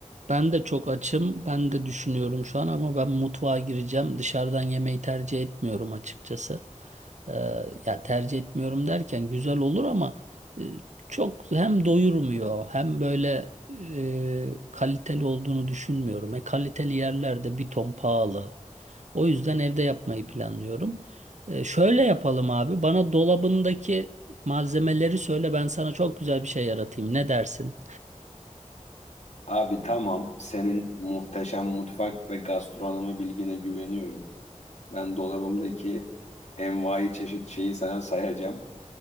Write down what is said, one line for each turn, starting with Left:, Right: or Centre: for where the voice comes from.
Right: ben de çok açım. Ben de düşünüyorum şu an ama ben mutfağa gireceğim. Dışarıdan yemeği tercih etmiyorum açıkçası. Ee, ya tercih etmiyorum derken güzel olur ama e, çok hem doyurmuyor hem böyle e, kaliteli olduğunu düşünmüyorum. E, kaliteli yerlerde bir ton pahalı. O yüzden evde yapmayı planlıyorum. E, şöyle yapalım abi. Bana dolabındaki malzemeleri söyle ben sana çok güzel bir şey yaratayım. Ne dersin?
Left: Abi tamam senin muhteşem mutfak ve gastronomi bilgine güveniyorum. Ben dolabımdaki envai çeşit şeyi sana sayacağım.